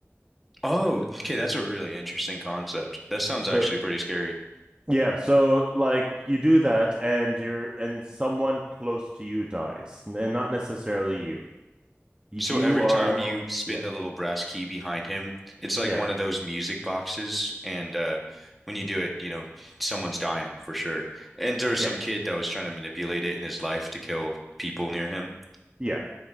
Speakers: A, in the centre; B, on the right (about 20°).
A: Oh, okay, that's a really interesting concept. That sounds
B: So
A: actually pretty scary.
B: yeah, so like you do that, and you're and someone close to you dies, and not necessarily you. You
A: So every
B: are
A: time you
B: oh
A: spin
B: yeah
A: the little brass key behind him, it's like
B: yeah
A: one of those music boxes, and uh when you do it, you know, someone's dying for sure. And there was
B: yeah
A: some kid that was trying to manipulate it in his life to kill people near him.
B: yeah.